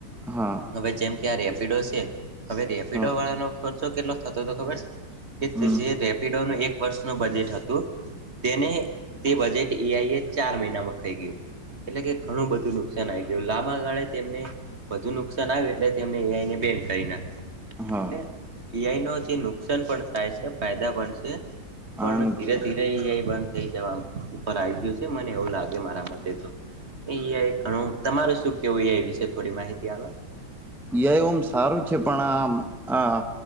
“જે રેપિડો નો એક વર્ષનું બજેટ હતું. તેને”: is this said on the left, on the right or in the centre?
Right